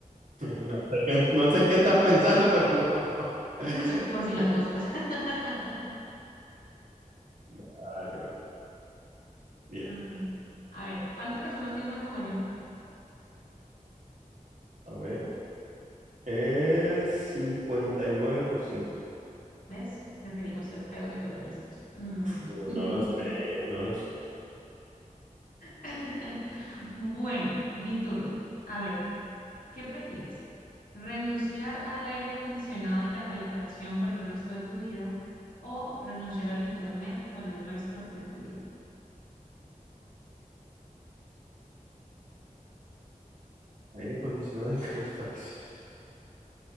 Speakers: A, on the right; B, on the left.
A: No sé qué- no sé en qué estás pensando, pero bueno. <laughs>
B: So- por si las moscas. <laughs>
A: Vale, vale. Bien,
B: Ah, a ver, ¿cuántas personas piensan como yo?
A: a ver. El 59%.
B: ¿Ves? Preferimos ser feos, pero listos. Mm.
A: Uh,
B: <laughs>
A: no lo sé, no lo sé.
B: <laughs> Bueno, mi turno. A ver, ¿qué prefieres? ¿Renunciar al aire acondicionado y la calefacción por el resto de tu vida o renunciar al internet por el resto de tu vida?
A: Aire acondicionado y <laughs> calefacción.